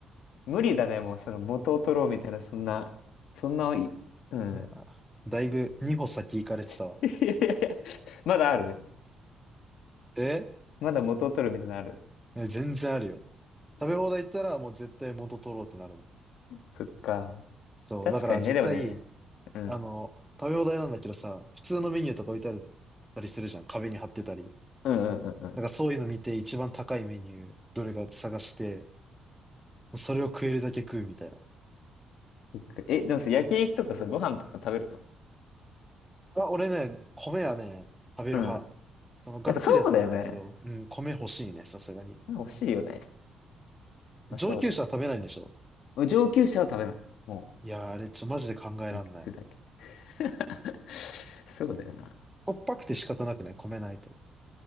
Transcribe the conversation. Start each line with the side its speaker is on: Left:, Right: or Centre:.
Left: 無理だね、もうその元を取ろうみたいな、そんな、そんな、いうん。
Centre: いやー、だいぶ2歩先行かれてたわ。
Left: <laughs> いやいやいや、まだある。
Centre: え
Left: まだ元を取るみたいなのある。
Centre: え全然あるよ。食べ放題行ったらもう絶対元取ろうってなるもん。
Left: そっか。
Centre: そう。
Left: 確かにね、
Centre: だから絶対、
Left: でもね。うん。
Centre: あの、食べ放題なんだけどさ、普通のメニューとか置いてあるたりするじゃん。壁に貼ってたり。
Left: うんうんうんうん。
Centre: なんかそういうの見て一番高いメニュー、どれか探して、それを食えるだけ食うみたいな。
Left: そっかえ、でもさ、焼肉とかさ、ご飯とか食べるの
Centre: あ、俺ね、米はね、食べる派。
Left: うん。
Centre: その、がっつりは食べないけど、
Left: やっぱそうだよね。
Centre: うん、米欲しいね、さすがに。
Left: これ欲しいよね。まあ、
Centre: 上級者は食べないんでしょ
Left: そうだよ。もう上級者は食べない。も
Centre: いやー、あれ、ちょ、マジで考えらんない。
Left: う、肉だけ。<laughs> そうだよな。ま
Centre: しょっぱくて仕方なくね、米ないと。